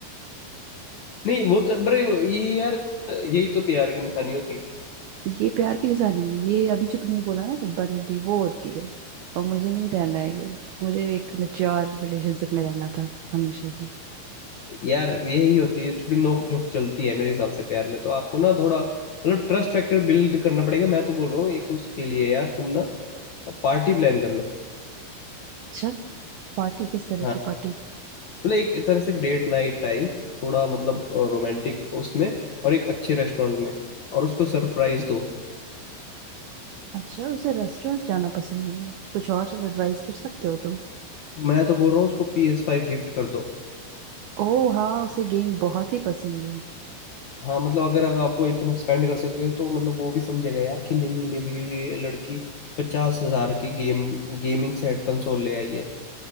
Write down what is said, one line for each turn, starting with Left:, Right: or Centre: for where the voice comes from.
Left: नहीं वो तो पर ये यार यही तो प्यार की निशानी होती है
Right: ये प्यार की निशानी है ये अभी जो तुमने बोला ना डिब्बा डिब्बी वो होती है और मुझे नहीं रहना है ये मुझे एक मेच्योर रिलेशनशिप में रहना था हमेशा से
Left: यार यही होती है थोड़ी नोक झोंक चलती है मेरे हिसाब से प्यार में तो आपको ना थोड़ा मतलब ट्रस्ट फैक्टर बिल्ड करना पड़ेगा मैं तो बोल रहा हूँ एक उसके लिए यार तुम ना पार्टी प्लान कर लो
Right: अच्छा पार्टी किस तरह
Left: हाँ
Right: की पार्टी
Left: मतलब एक तरह से डेट नाइट टाइप थोड़ा मतलब रोमांटिक उसमें और एक अच्छे रेस्टोरेंट में और उसको सरप्राइज दो
Right: अच्छा उसे रेस्टोरेंट जाना पसंद नहीं है कुछ और एडवाइस कर सकते हो तुम
Left: तो मैं तो बोल रहा हूँ उसको पी एस फाइव गिफ्ट कर दो
Right: ओह हाँ उसे गेम बहुत ही पसंद है
Left: हाँ मतलब अगर अगर आपको इतना स्पेंड कर सकते हो तो मतलब वो भी समझेगा यार कि नहीं मेरे लिए लड़की पचास हजार की गेम गेमिंग सेट कंसोल ले आई है